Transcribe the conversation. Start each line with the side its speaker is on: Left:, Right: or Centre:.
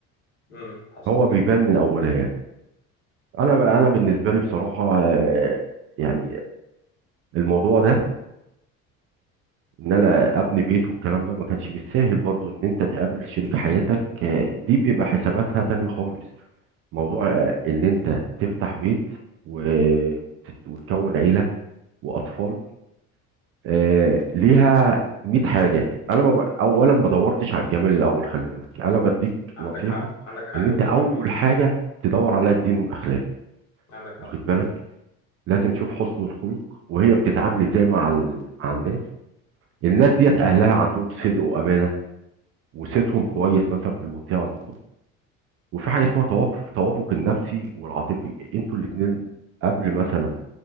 Left: امم حصل
Right: هو بيبان من اولها يعني انا انا بالنسبه لي بصراحه آه، يعني الموضوع ده ان انا ابني بيت والكلام ده ما كانش بالساهل برضو ان انت تقابل شريك حياتك آه، دي بيبقى حساباتها تانية خالص موضوع آه، ان انت تفتح بيت و- وتت- وتكون عيلة واطفال آه، ليها 100 حاجة انا ما ب... اولا ما دورتش على الجمال الاول خلي بالك انا بديك
Left: عندك
Right: نصيحة
Left: حق عندك حق
Right: ان انت
Left: مليون
Right: اول
Left: في المية
Right: حاجة تدور عليها الدين والاخلاق
Left: عندك حق
Right: واخد بالك لازم تشوف حسن الخلق وهي بتتعامل ازاي مع ال... مع الناس الناس ديت اهلها عندهم صدق وامانة وصيتهم كويس مثلا في المنطقه عندكم وفي حاجه اسمها توافق التوافق النفسي والعاطفي انتوا الاثنين قبل مثلا